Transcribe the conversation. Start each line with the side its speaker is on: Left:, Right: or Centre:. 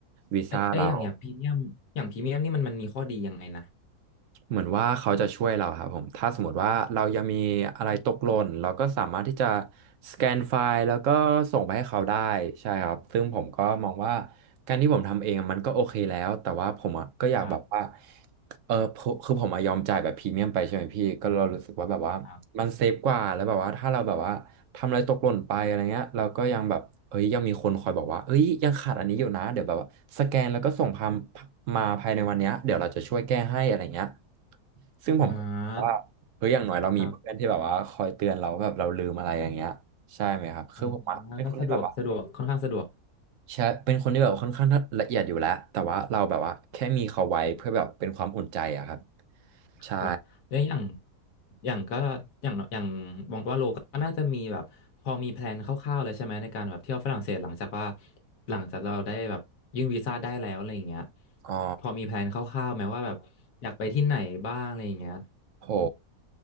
Right: วีซ่าเรา
Left: ไอไออย่างอย่างพรีเมียมอย่างพรีเมียมนี่มันมันมีข้อดียังไงนะ
Right: เหมือนว่าเขาจะช่วยเราครับผมถ้าสมมติว่าเรายังมีอะไรตกหล่นเราก็สามารถที่จะสแกนไฟล์แล้วก็ส่งไปให้เขาได้ใช่ครับซึ่งผมก็มองว่าการที่ผมทำเองมันก็โอเคแล้วแต่ว่าผมอะก็อยากแบบว่า
Left: ครับ
Right: เออผมคือผมอะยอมจ่ายแบบพรีเมียมไปใช่ไหมพี่ก็เรารู้สึกว่าแบบว่ามันเซฟกว่าแล้วแบบว่าถ้าเราแบบว่าทำอะไรตกหล่นไปอะไรเงี้ยเราก็ยังแบบ
Left: ครับ
Right: เอ้ยยังมีคนคอยบอกว่าเอ้ยยังขาดอันนี้อยู่นะเดี๋ยวแบบว่าสแกนแล้วก็ส่งพามมาภายในวันเนี้ยเดี๋ยวเราจะช่วยแก้ให้อะไรเงี้ยซึ่งผม
Left: อ่า
Right: ว่าเฮ้ยอย่างน้อยเรามีเพื่อนที่แบบว่าคอยเตือนเราแบบเราลืมอะไรอย่างเงี้ยใช่ไหมครับคือผมอะเป็นคนที่แบบว่า
Left: ครับอ่าก็สะดวกสะดวกค่อนข้างสะดวก
Right: ใช่เป็นคนที่แบบว่าค่อนข้างละเอียดอยู่แล้วแต่ว่าเราแบบว่าแค่มีเขาไว้เพื่อแบบเป็นความอุ่นใจอะครับใช่
Left: ครับแล้วอย่างอย่างก็อย่างอย่างบอกว่าโลก็น่าจะมีแบบพอมีแพลนคร่าวๆเลยใช่ไหมในการแบบเที่ยวฝรั่งเศสหลังจากว่าหลังจากเราได้แบบยื่นวีซ่าได้แล้วอะไรอย่างเงี้ย
Right: อ๋อ
Left: พอมีแพลนคร่าวๆไหมว่าแบบอยากไปที่ไหนบ้างอะไรอย่างเงี้ย
Right: โห